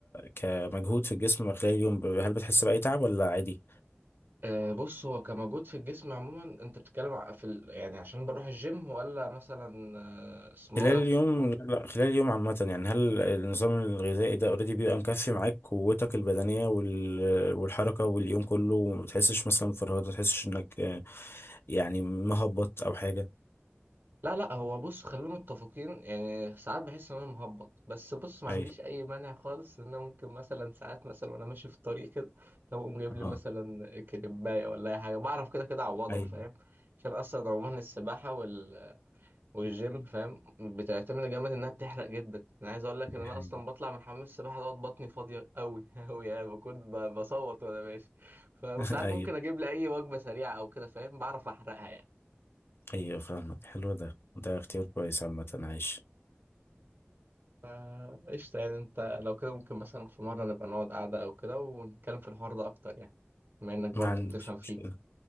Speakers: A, on the left; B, on the right.
A: كمجهود في الجسم خلال اليوم ب- هل بتحس بأي تعب ولا عادي؟
B: أه بص هو كمجهود في الجسم عموما انت بتتكلم ع- في ال... يعني عشان بروح الجيم ولا مثلا آه، اسمه
A: خلال
B: ده
A: اليوم لا لا، خلال اليوم عامة يعني هل النظام الغذائي ده اوريدي بيبقى مكفي معاك قوتك البدنية وال... والحركة واليوم كله وما تحسش مثلا بفرهدة ما تحسش انك آه، يعني مهبط او حاجة
B: لا لا هو بص خلينا متفقين يعني ساعات بحس ان انا مهبط بس بص ما
A: اي
B: عنديش اي مانع خالص ان انا ممكن مثلا ساعات مثلا وانا ماشي في الطريق كده طب اقوم جايب لي
A: اه
B: مثلا كريبايه ولا اي حاجه بعرف كده كده اعوضها
A: اي
B: فاهم عشان اصلا عموما السباحه وال والجيم فاهم بتعتمد جامد انها بتحرق جدا انا عايز اقول لك ان
A: اي
B: انا اصلا بطلع من حمام السباحه دوت بطني فاضيه قوي قوي <laughs> يعني بكون ب- بصوت وانا ماشي ف- وساعات
A: <laughs> ايوه
B: ممكن اجيب لي اي وجبه سريعه او كده فاهم بعرف احرقها يعني
A: ايوه فاهمك حلو ده ده اختيار كويس عامة عايش
B: فا قشطه يعني انت لو كده ممكن مثلا في مره نبقى نقعد قعده او كده ونتكلم في الحوار ده اكتر يعني بما انك برضو
A: ما عنديش
B: بتفهم فيه
A: مشكلة